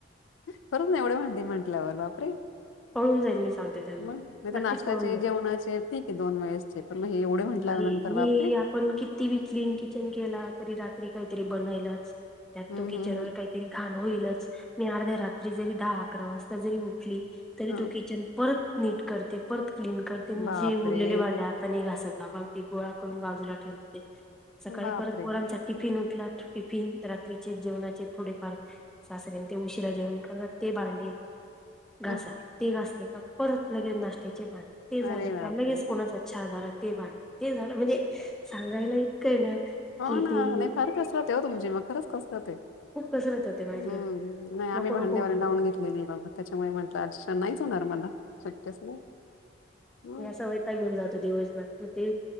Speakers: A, on the left; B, in the centre.
A: खरच ना एवढे भांडे म्हंटल्यावर बापरे!
B: पळून जाईल मी, सांगते त्यांना
A: मग नाही तर
B: नक्कीच
A: नाश्ताचे
B: पळून जाईल
A: जेवणाचे ठीक आहे दोन वेळेसचे पण मग हे एवढे म्हंटल्या
B: नाही
A: नंतर
B: हे
A: वापरे,
B: आपण किती बी क्लीन किचन केला तरी. काहीतरी बणेलच त्यात
A: हम्म
B: ते किचनवर
A: हम्म हम्म
B: काही तरी घाण होईलच आणि रात्री दहा अकरा जरी वाजता जरी उठली तरी
A: हा
B: तो किचन परत नीट करते. क्लीन करते म्हणजे
A: बापरे
B: उरलेले भांडे आता नाही घासत बाबा ते गोळा करून बाजूला ठेवूनते ते सकाळी
A: बापरे
B: परत पोरांचा टिफिन उठला तर टिफिन रात्रीचे जेवणाचे थोडेफार सासऱ्याने ते उशिरा जेवण करतात ते भांडे
A: हम्म.
B: घासा ते घासले का परत लगेच नाश्त्याचे भांडे ते झाले
A: अरे बापरे
B: का लगेच कोणाचा चहा झाला ते ब ते झालं म्हणजे सांगायला इतकंय ना
A: हो
B: कि
A: ना
B: ती
A: नाही फार कसरते हो तुमची मग खरंच कसरते
B: खूप कसरत. होते माझी
A: हम् नाही आम्ही
B: नको
A: भांड्यावर
B: नको होऊन
A: लावून
B: जाते
A: घेतलेली आहे बघ त्याच्यामुळे म्हंटलं आश नाहीच होणार मला शक्यच नाही हम्म
B: या सवयता घेऊन जातो दिवसभर मग ते